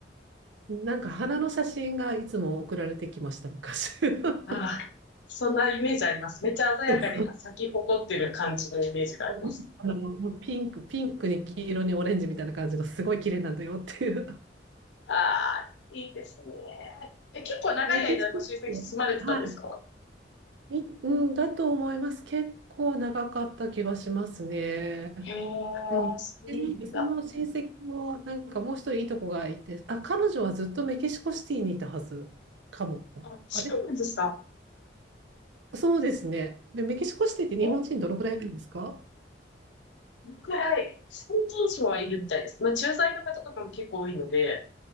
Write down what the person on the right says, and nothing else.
なんか花の写真がいつも送られてきました、昔。<laughs>
そ
うそう <laughs> あの、もうピンク、ピンクに黄色にオレンジみたいな感じのすごい綺麗なんだよっていう。
メキシコって、はい、み、うん、だと思います。結構長かった気がしますね。
うん。
で、なんかその成績も、なんかもう一人いいとこがいて、あ、彼女はずっとメキシコシティにいたはずかも。
あれそうですね。で、メキシコシティって日本人どのくらいいるんですか